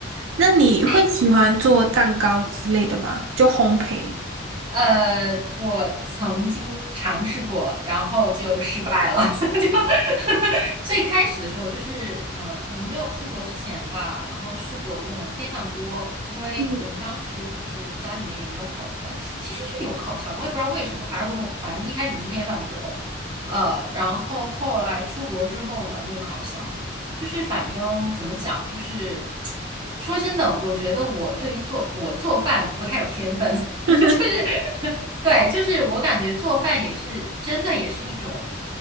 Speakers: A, on the right; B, on the right.
A: 那你会喜欢做蛋糕之类的吗？
B: 哎
A: 就烘焙。
B: 呃，我曾经尝试过，然后就失败了，<laughs> 就 <laughs> 最开始的时候就是，嗯、可能没有出国之前吧，然后试过用电饭锅，因为嗯，
A: 嗯。
B: 当时就是家里面也没有烤，呃，其实是有烤箱，我也不知道为什么，反正我用，反正一开始用电饭锅，呃，然后后来出国之后呢，用烤箱，就是反正怎么讲，就是 <tsk> 说真的，我觉得我对于做我做饭不太有天分。
A: <laughs>
B: <laughs> 就是 <laughs> 对，就是我感觉做饭也是真的，也是一种，